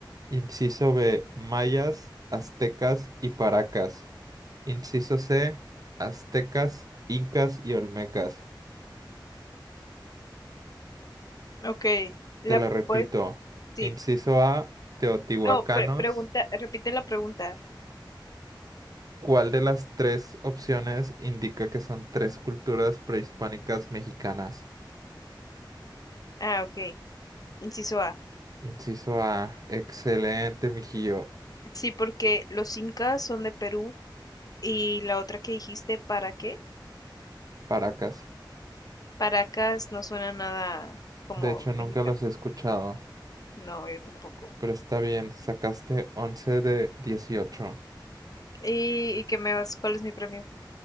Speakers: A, on the right (about 50°); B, on the left (about 50°).
A: Inciso B, mayas, aztecas y paracas. Inciso C, aztecas, incas y olmecas.
B: Ok, la
A: Te lo repito.
B: pues sí.
A: Inciso A, teotihuacanos.
B: No, pre- pregunta, repite la pregunta.
A: ¿Cuál de las tres opciones indica que son tres culturas prehispánicas mexicanas?
B: Ah, ok. Inciso A.
A: Inciso A, excelente, mijillo,
B: Sí, porque los incas son de Perú Y la otra que dijiste, ¿para qué?
A: paracas.
B: Paracas no suena nada como
A: De hecho,
B: mexicano.
A: nunca los he escuchado.
B: No, yo tampoco.
A: Pero está bien, sacaste once de dieciocho
B: ¿Y, y qué me vas? ¿Cuál es mi premio?